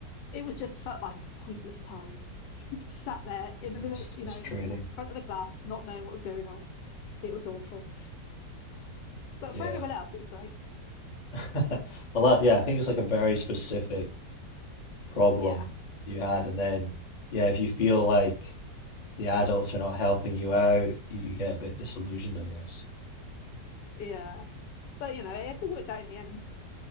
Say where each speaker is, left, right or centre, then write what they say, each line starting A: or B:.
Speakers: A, on the left; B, on the left.
A: it was just felt like a pointless time. <laughs> Sat there in
B: Yes,
A: the middle, you
B: frustrating.
A: know, in the front of the class, not knowing what was going on. It was awful. But
B: Yeah.
A: for everyone else, it was great.
B: <laughs> Well, that, yeah, I think it's like a very specific problem
A: Yeah,
B: you had. And then, yeah, if you feel like the adults are not helping you out, you, you get a bit disillusioned, I guess.
A: yeah. But you know, everything worked out in the end.